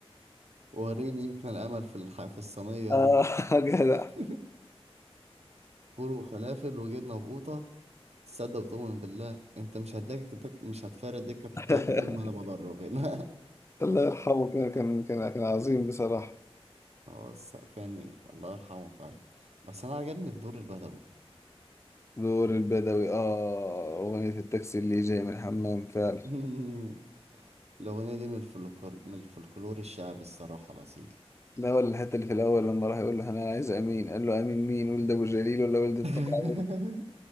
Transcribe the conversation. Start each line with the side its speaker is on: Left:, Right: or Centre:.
Right: وريني يمكن الأمل في الح... في الصينية
Left: آه
Right: دي
Left: <laughs> جدع
Right: <laughs> فول وفلافل وجبنة بقوطة تصدق وتؤمن بالله انت مش هتدك دك... مش هتفارق دكة احتياطي
Left: <laughs>
Right: دول ما انا بدرب هنا
Left: الله يرحمه كان كان كان كان عظيم بصراحة
Right: <laughs> هو الص- يعني الله يرحمه فعلا بس انا عجبني في دور البدوي
Left: دور البدوي اه أغنية التاكسي اللي جاي من الحمام فعلا
Right: <laughs> الأغنية دي من الفلكلور من الفلكلور الشعبي الصراحة الأصيل
Left: لا ولا الحتة اللي في الأول لما راح يقول له أنا عايز أمين قال له أمين مين ولد أبو جليل ولا ولد الطاعون
Right: <laughs>